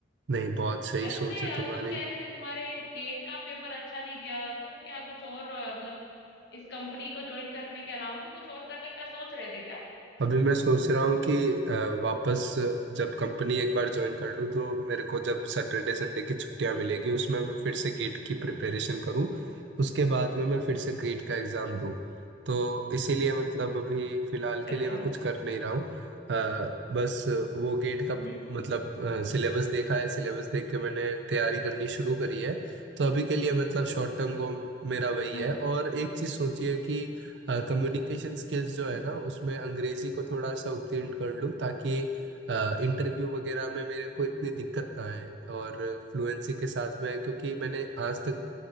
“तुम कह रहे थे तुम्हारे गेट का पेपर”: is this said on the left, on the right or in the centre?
Left